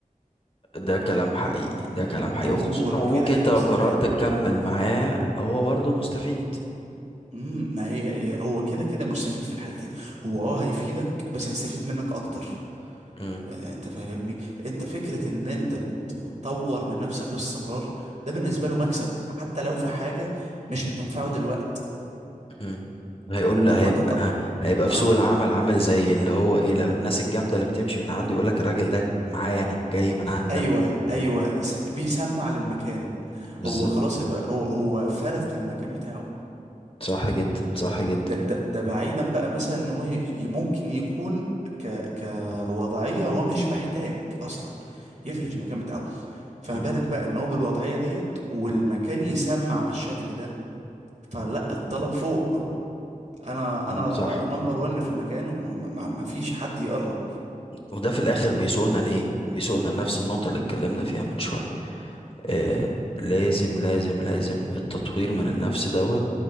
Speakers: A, on the left; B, on the right.
A: ده كلام حقيقي ده كلام حقيقي
B: هو
A: وخصوصا وممكن
B: كده كده
A: انت لو
B: مستفاد
A: قررت تكمل معاه هو برضه مستفيد
B: امم ما هي هي- هو كده كده مستفيد في الحالتين هو اه هيفيدك بس هيستفيد منك اكتر
A: مم.
B: آه، انت فاهمني انت فكرة ان انت بت- بتطور من نفسك باستمرار ده بالنسبة له مكسب حتى لو في حاجة مش بتنفعه دلوقت
A: مم. هيقول له-
B: هو
A: هيبقى
B: انت ط...
A: ه- هيبقى
B: اه
A: في سوق العمل عامل زي اللي هو ايه لو الناس الجامده اللي بتمشي من عنده يقول لك الراجل ده معايا انا جاي من عندنا
B: ايوه
A: فاهم؟
B: ايوه س- بيسمع للمكان
A: بالظبط
B: هو خلاص بقى هو هو فرس للمكان بتاعه
A: صح جدا صح جدا
B: ده ده ده بعيدا بقى مثلا ان هو ي- ي- ممكن يكون ك كوضعية هو مش محتاج اصلا يفرش المكان بتاعه فما
A: مم.
B: بالك بقى ان هو بالوضعية ديت والمكان يسمع بالشكل ده فلا الطلب فوق انا
A: مم.
B: انا
A: صح
B: نمبر ون في المكان وما فيش حد يقرب
A: وده في الاخر بيسوقنا لايه بيسوقنا لنفس النقطه اللي اتكلمنا فيها من شويه آه لازم لازم لازم التطوير من النفس دوت